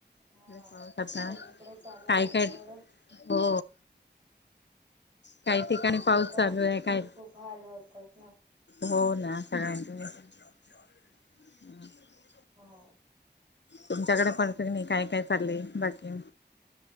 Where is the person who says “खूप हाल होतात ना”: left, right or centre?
Right